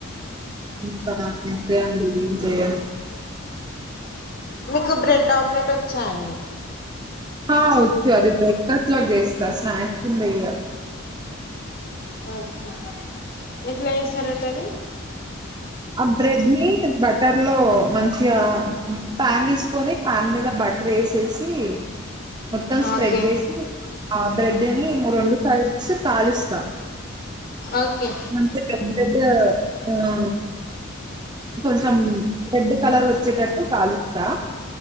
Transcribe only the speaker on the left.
మీకు బ్రెడ్ ఆమ్లెట్ వచ్చాయండి
ఓకే ఎట్లా చేస్తారండి అది
ఓకే
ఓకే